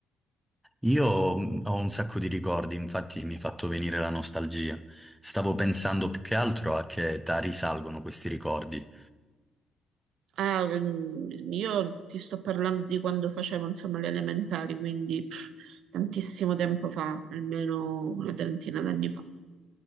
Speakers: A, in the centre; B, on the right (about 75°).
A: Io mh, ho un sacco di ricordi, infatti mi ha fatto venire la nostalgia. Stavo pensando più che altro a che età risalgono questi ricordi.
B: ah, mm, io ti sto parlando di quando facevo, insomma, le elementari, quindi pff, tantissimo tempo fa, almeno una trentina d'anni fa.